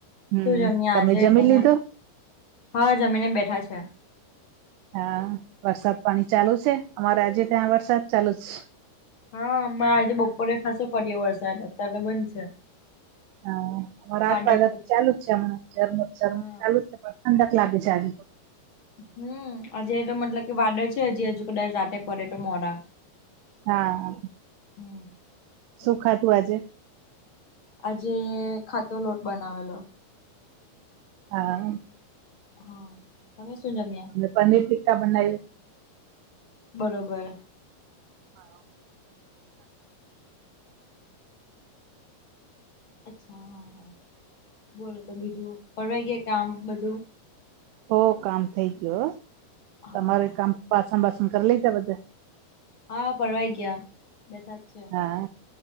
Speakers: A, on the right (about 85°); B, on the left (about 45°).
A: હમ
B: શું છેમને આજે
A: જમી
B: તમે
A: લીધું
B: હા જમીને બેઠા છે
A: હા વરસાદ પાણી ચાલુ છે અમારે આજે ત્યાં વરસાદ ચાલુ જ છે
B: હા અમાં આજે બપોરે ખાસો પડ્યો વરસાદદ અત્યારે બન છે
A: હ અમારા
B: વાદળ
A: આઠ વાગ્યા
B: તો
A: ચાલુ જ છે હમણા જમમ
B: હા
A: ચાલુ જ છે પણ અંદ ક્લાભે છેાગ
B: હમ આજે તો મતલબ કે વાદળ છે હજી હજુ કદાચ રાતે પડે તો મોરા
A: હા
B: હમ
A: સુખા
B: એટલે
A: તું આજે
B: આજે ખાતો લોટ બનાવેલો
A: હા
B: હા તમે શું જમ્યા
A: હ અને પનીર ટીિક્કા બનાવી
B: બરોબર
A: હા
B: અચ્છા હા હા બોલો તો બીજું ફરવાઈ ગય કે આમ બધું
A: હો કામ થઈ ગયો
B: હા
A: તમારે
B: હા
A: કામ પાસન બાસન કરી લેજ બધા
B: હા ફરવાઈ ગયા બેસાા જ છે
A: હા